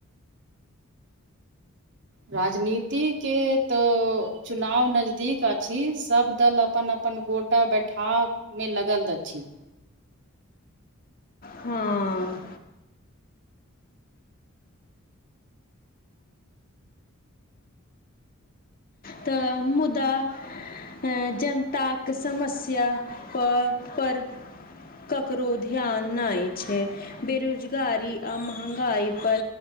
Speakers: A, on the right; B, on the left.
A: राजनीति के तो चुनाव नजदीक अछि सब दल अपन अपन गोटा बैठाब मे लगल अछि।
B: हँ। तऽ मुदा ऐं जनताक समस्या प पर ककरो ध्यान नै छैय। बेरोजगारी आ महँगाइ पर